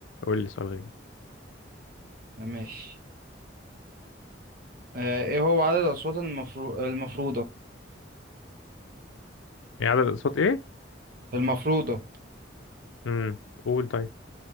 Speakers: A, on the left (about 80°); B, on the right (about 50°).
A: قول لي سؤال غير
B: ماشي آه ايه هو عدد الأصوات المفرو... المفروضة
A: يعني عدد الأصوات ايه
B: المفروضة
A: امم قول طيب